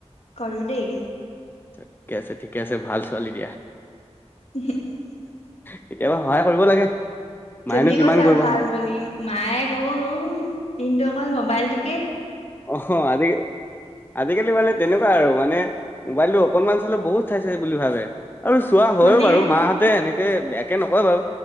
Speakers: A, on the left (about 70°); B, on the left (about 15°).
A: কৰো দেই।
B: ঠিকে আছে ঠিকে আছে ভাল ছোৱালী দিয়া।
A: <unintelligible>
B: কেতিয়াবা সহায় কৰিব লাগে।
A: তুমি
B: মায়েনো কিমান
A: কৈছা
B: কৰিব
A: ভাল বুলি মায়ে কব উম দিন্তু অকল মোবাইলটো
B: অস আজি আজিকালি মানে তেনেকুৱা আৰু মানে মোবাইলটো অকনমান চালে বহুত চাইছে বুলি ভাবে। আৰু চোৱা হয়ও
A: মানে
B: বাৰু মাহঁতে এনেকে বেয়াকে নকয় বাৰু